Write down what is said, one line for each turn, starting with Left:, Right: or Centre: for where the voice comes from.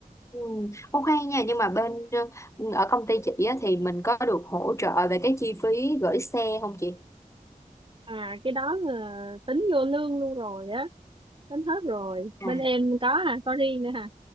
Left: Ừ. Ô khoan nha nhưng mà bên ờ, ở công ty chị á, thì mình có được hỗ trợ về cái chi phí gửi xe không chị?
Right: à cái đó là tính vô lương luôn rồi á tính hết rồi
Left: À,
Right: bên em có à có riêng nữa hả